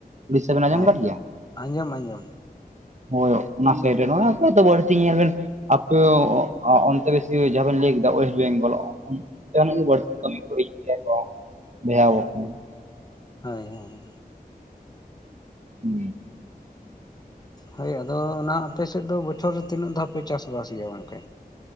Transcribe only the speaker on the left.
ᱦᱳᱭ
ᱟᱸᱡᱚᱢ ᱟᱸᱡᱚᱢ
ᱦᱳᱭ ᱦᱳᱭᱻ
ᱦᱳᱭ ᱟᱫᱚ ᱚᱱᱟ ᱟᱯᱮ ᱥᱮᱫ ᱫᱚ ᱵᱚᱪᱷᱚᱨ ᱨᱮ ᱛᱤᱱᱟᱹᱜ ᱫᱷᱟᱣ ᱯᱮ ᱪᱟᱥᱵᱟᱥ ᱜᱮᱭᱟ ᱜᱚᱝᱠᱮ?